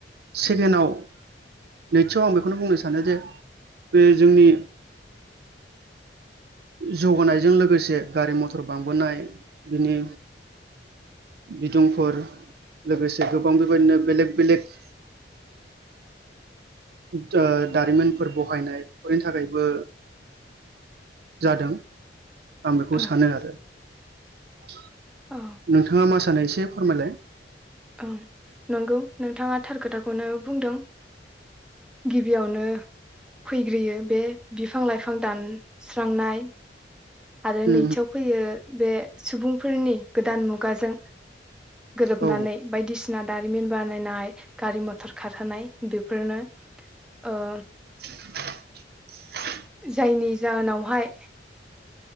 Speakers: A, on the right; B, in the centre.
A: सेकेणडआव नैथिआव आं बेखौनो बुंनो सानो जे बे जोंनि जौगानायजों लोगोसे गारि मथर बांबोनाय बिनि बिदुंफोर लोगोसे गोबां बेबायदिनो बेलेक बेलेख दा-दारिमिनफोर बहायनाय बेफोरनि थाखायबो जादों। आं बेखौ
B: औ
A: सानो आरो <inaudible>
B: औ
A: नोंथाङा मा सानै एसे फोरमायलाय
B: ओं नंगौ नोंथाङा थार खोथाखौनो बुंदों गिबियावनो फैग्रोयो बे बिफां लाइफां दानस्रांनाय आरो
A: उम
B: नैथियाव फैयो बे सुबुंफोरनि गोदान मुगाजों गोरोबनानै
A: उम औ
B: बायदिसिना दारिमिन बानायनाय गारि मथर खारहोनाय बेफोरनो ओ
A: <inaudible>
B: जायनि जाहोनावहाय